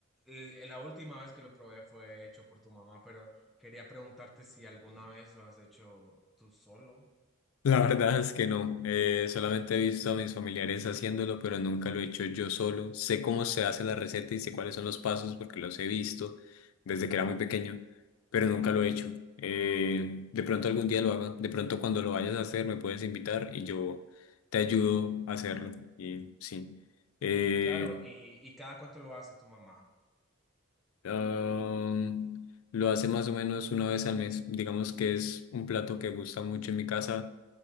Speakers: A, in the centre; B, on the left (about 85°).
A: eh, la última vez que lo probé fue hecho por tu mamá, pero quería preguntarte si alguna vez lo has hecho tú solo.
B: <laughs> La verdad es que no, eh, solamente he visto a mis familiares haciéndolo, pero nunca lo he hecho yo solo. Sé cómo se hace la receta y sé cuáles son los pasos porque los he visto desde que era muy pequeño, pero nunca lo he hecho. Eh, de pronto algún día lo haga, de pronto cuando lo vayas a hacer me puedes invitar y yo te ayudo a hacerlo. Y sí. Eh,
A: Claro, y, y ¿cada cuánto lo hace tu mamá?
B: Um, lo hace más o menos una vez al mes. Digamos que es un plato que gusta mucho en mi casa